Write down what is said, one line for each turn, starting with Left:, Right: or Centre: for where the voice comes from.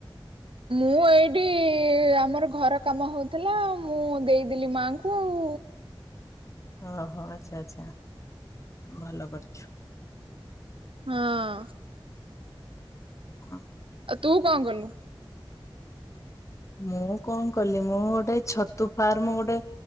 Right: ମୁଁ ଏଇଟି ଆମର ଘର କାମ ହଉଥିଲା ମୁଁ ଦେଇଦେଲି ମାଆଙ୍କୁ ଆଉ
Left: ଓହୋ ଆଚ୍ଛା ଆଚ୍ଛା ଭଲ କରିଛୁ।
Right: ହଁ।
Left: ହଁ।
Right: ଆଉ ତୁ କଁ କଲୁ?
Left: ମୁଁ କଣ କଲି? ମୁଁ ଗୋଟେ ଛତୁ ଫାର୍ମ ଗୋଟେ